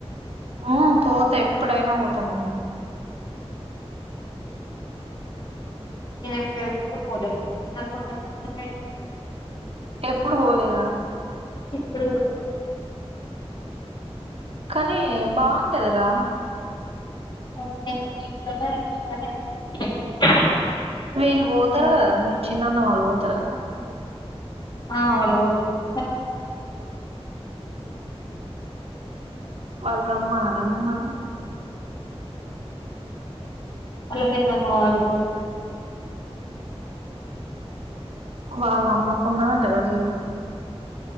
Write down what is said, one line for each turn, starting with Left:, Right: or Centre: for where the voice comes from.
Right: ఆ పోతా ఎప్పుడైనా పోతాం మేము
Left: నేను ఎప్పుడు పోలే <inaudible>
Right: ఎప్పుడు పోలేదా
Left: ఎప్పుడు పోలే
Right: కానీ బాగుంటది రా
Left: <inaudible>
Right: వీళ్ళు పోతారు కదా మీ చిన్నన్న వాళ్ళు పోతారు కదా
Left: ఆ వాళ్ళు పోతారు <inaudible>
Right: వాళ్ళు రమ్మన్నార మిమ్మల్ని
Left: వాళ్ళా పెద్దమ్మ వాళ్ళు <inaudible>
Right: వాళ్ళ అమ్మకు ఉన్నా దంట కదా దేవుడు